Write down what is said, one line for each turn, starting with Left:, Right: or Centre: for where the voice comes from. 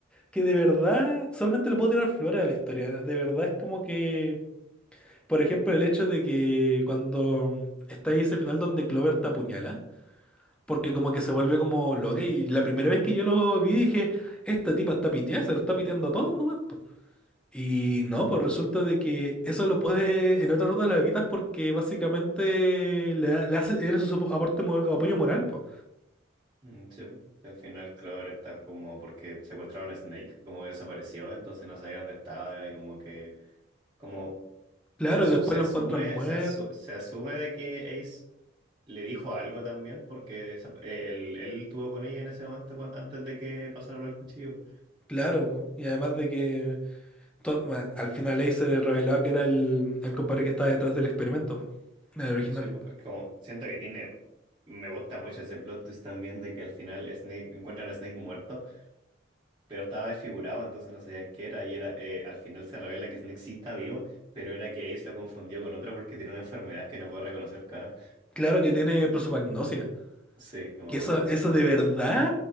Centre: que de verdad solamente le puedo tirar flores a la historia, de verdad es como que... Por ejemplo, el hecho de que cuando está ahí ese final donde Clover te apuñala, porque como que se vuelve como loca y la primera vez que yo lo vi dije, esta tipa está piteada, se lo está piteando a todos nomás. po". Y no, pues resulta de que eso lo puede, en otra ruta lo evitas porque básicamente le, da- le hace, eres su sopo- aporte, mo- o apoyo moral, pues.
Right: Mm, Sí, po. Que al final Clover está como porque secuestraron a Snake, como que desapareció, entonces no sabía dónde estaba y como que como
Centre: Claro,
Right: se, asu-
Centre: y después
Right: se asume
Centre: lo encuentran muerto.
Right: se, asu- se asume de que Ace le dijo algo también porque esa- eh, él, él estuvo con ella en ese momento cuan- antes de que pasara lo del cuchillo.
Centre: Claro, po. y además de que to- bueno, al final ahí se revelaba que era el, el compadre que estaba detrás del experimento, po, el original.
Right: Sí, po, es como siento que tiene me gusta mucho ese plot twist también de que al final Snake encuentran a Snake muerto pero estaba desfigurado, entonces no sabían qué era. Y era, eh, al final se revela que Snake sí está vivo, pero era que Ace lo confundió con otra porque tiene una enfermedad que no puede reconocer cara.
Centre: Claro que tiene prosopagnosia.
Right: Sí, no me
Centre: Que
Right: acuerdo
Centre: eso,
Right: cómo
Centre: eso
Right: se llama.
Centre: de verdad,